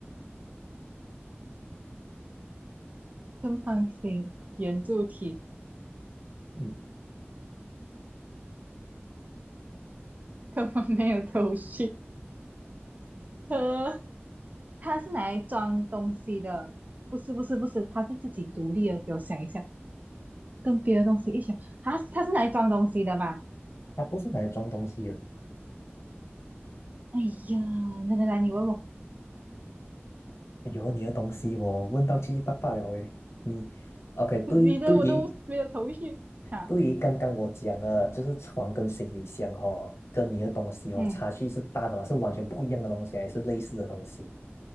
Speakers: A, on the right; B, on the left.
A: 正方形圆柱体，
B: 嗯，
A: 根本没有头绪。<laughs> 呃它是拿来装东西的，不是不是不是，它是自己独立的。给我想一下，跟别的东西一起，它它是拿来装东西的吧？
B: <laughs> 它不是拿来装东西的。
A: 哎呀，来来来，你问我，
B: 哎呦你的东西我问到七七八八了诶，你 OK？
A: <laughs>
B: 对对于
A: 你的我都没有头绪啊。
B: 对于刚刚我讲的，就是床跟行李箱哦，跟你的东西哦，
A: 嗯，
B: 差距是大的嘛，是完全不一样的东西，还是类似的东西？